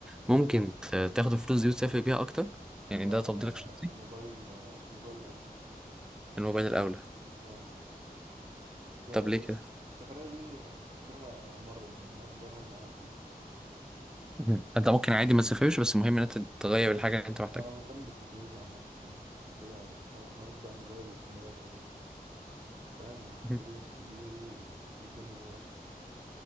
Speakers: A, in the centre; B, on the right.
A: ممكن ت- تاخد الفلوس دي وتسافر بيها اكتر يعني
B: لا
A: ده تفضيلك
B: آه
A: الشخصي
B: الموبايل آه الموبايل الأول
A: الموبايل الاولى
B: اه أصل ال-
A: طب ليه كده
B: السفرية دي أسافرها مرة إنما موبايلها معايا على طول
A: مم. انت ممكن عادي ما تسافرش بس المهم ان انت تغير الحاجة اللي انت محتاجها
B: أنا مهتم بالتكنولوجيا عامة فاهم عشان كده حوار- حوارات بقى الموبايل والكاميرات و- فاهم والبرودكتس
A: مم.
B: الجديدة دي بتجنن الواحد